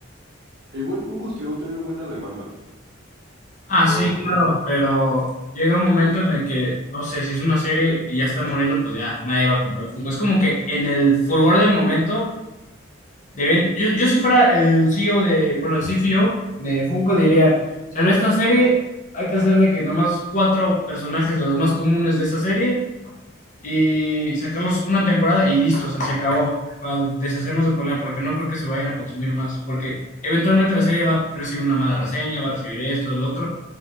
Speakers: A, on the right; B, on the left.
A: e igual fungos llegó a tener buena demanda,
B: Ah,
A: pero,
B: sí, claro,
A: <laughs>
B: pero llega un momento en el que, no sé, si es una serie y ya está muriendo, pues ya nadie va a comprar el Funko. Es como que en el furgor del momento, deben, yo, yo si fuera el CEO de, bueno, el CFO de Funko diría, sale esta serie, hay que hacer de que nomás cuatro personajes de los más comunes de esta serie y sacarlos una temporada y listo, o sea, se acabó, para deshacernos del problema, porque no creo que se vayan a consumir más, porque eventualmente la serie va a recibir una mala reseña, va a recibir esto, el otro,